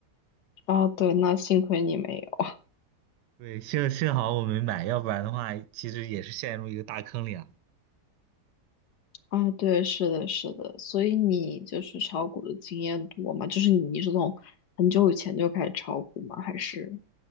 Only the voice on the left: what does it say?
啊，对，那幸亏你没有
啊，对，是的，是的，所以你就是炒股的经验多吗？就是你你是从很久以前就开始炒股吗？还是？